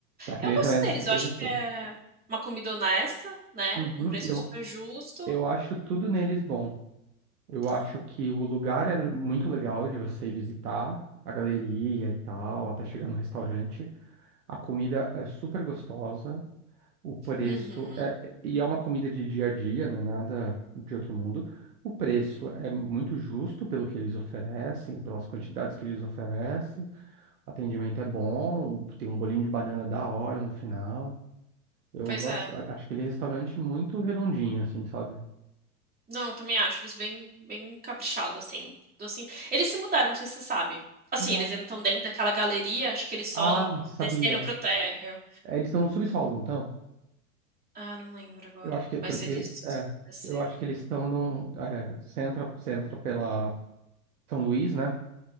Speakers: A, on the right; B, on the right.
A: Aquele
B: Eu gosto
A: também
B: deles,
A: é bem
B: eu acho
A: gostoso.
B: que é uma comida honesta, né?
A: Uhum,
B: Um preço
A: eu,
B: super justo,
A: eu acho tudo neles bom. Eu acho
B: né?
A: que o lugar é muito legal de você visitar, a galeria e tal, até chegar no restaurante. A comida é super gostosa. O preço
B: Uhum.
A: é, e é uma comida de dia a dia, não é nada de outro mundo. O preço é muito justo pelo que eles oferecem, pelas quantidades que eles oferecem. O atendimento é bom, tem um bolinho de banana da hora no final. Eu
B: Pois
A: gosto,
B: é.
A: a- acho que ele é restaurante muito redondinho, assim, sabe?
B: Não, eu também acho eles bem, bem caprichados, assim. Docinho. Eles se mudaram, não sei se você sabe. Assim,
A: Não.
B: eles ainda estão dentro daquela galeria, acho que eles só
A: Ah, sabia.
B: desceram pro térreo.
A: É, eles estão no subsolo, então.
B: Ah, não lembro agora,
A: Eu acho que,
B: mas
A: porque,
B: eles
A: é,
B: desceram.
A: eu acho que eles estão no, é, centra, centra pela São Luís, né?